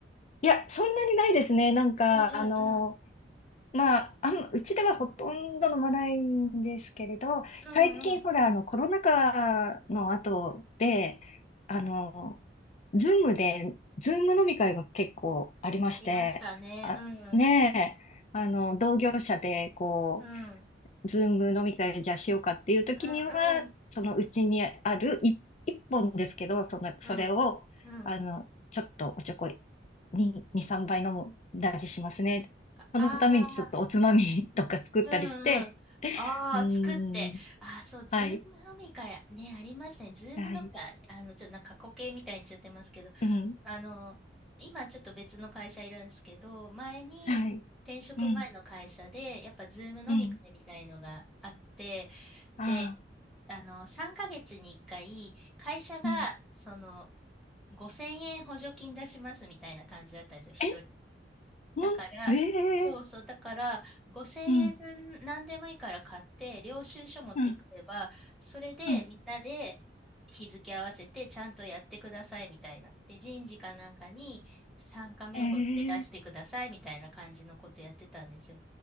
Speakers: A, on the left (about 40°); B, in the centre.
A: や、そんなにないですね。なんか、
B: うんうんうん、
A: あの、まあ、あん、うちではほとんど飲まないんですけれど、
B: うんうん、
A: 最近ほら、
B: うん
A: あの、コロナ禍の後で、あの、ズームで、ズーム飲み会が結構ありまして、
B: ありましたね。
A: あ、
B: うん、うん、
A: ねえ、あの、同業者で、こう、
B: うん
A: ズーム飲み会じゃあしようかっていう時には、
B: うん。
A: そのうちにあるい一本ですけど、その、それを、
B: うん。うん。
A: あの、ちょっとおちょこに、2、3杯飲んだりしますね。そのためにちょっとおつまみとか作ったりして、
B: ああ、うんうん。ああ、
A: うーん、
B: 作って。ああ、そう、ズーム飲み会、
A: はい、
B: ね、ありましたね。ズーム飲み会、
A: はい、
B: あの、ちょっとなんか過去形みたいに言っちゃってますけど、
A: うん、
B: あの、今ちょっと別の会社いるんですけど、前に、
A: はい、
B: 転職前の会社で、
A: うん、
B: やっぱズーム飲み会みたいのがあって、
A: うん、ああ、
B: で、あの、3ヶ月に1回、会社が、
A: うん。
B: その、5000円補助金出しますみたいな感じだったんですよ。一
A: え、
B: だから、
A: もん、ええ
B: そうそう、だから、5000円分何でもいいから買って、
A: うん、
B: 領収書持ってくれば、
A: うん、
B: それでみんなで日付合わせてちゃんとやってくださいみたいな。
A: うん、
B: で、人事かなんかに参加名簿って出してくださいみたいな感じのことやってたんですよ。
A: ええ